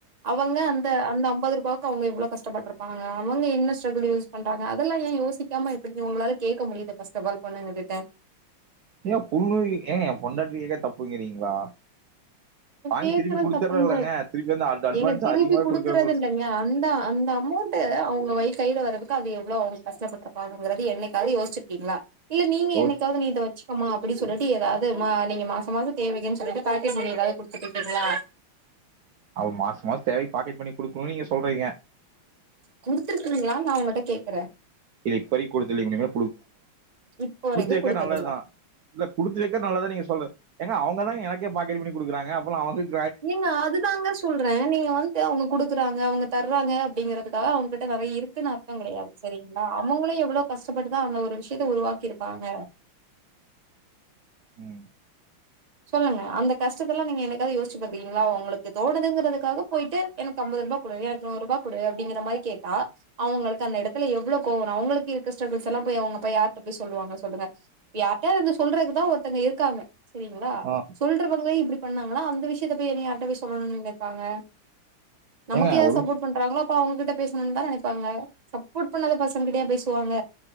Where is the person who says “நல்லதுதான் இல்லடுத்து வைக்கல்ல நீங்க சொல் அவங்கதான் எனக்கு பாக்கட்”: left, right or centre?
Right